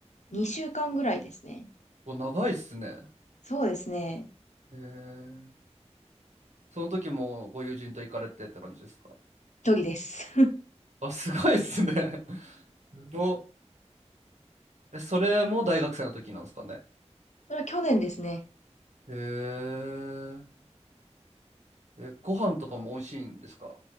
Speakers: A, on the left (about 85°); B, on the right (about 80°).
A: 2週間ぐらいですね。
B: お、長いっすね。
A: そうですね。
B: へえ。その時もご友人と行かれてって感じですか
A: 距離です。
B: あ、すごいっすね。<laughs> すごっ。え、それも大学生の時なんですかね。
A: <laughs> それは去年ですね。
B: へえ。え、ご飯とかも美味しいんですか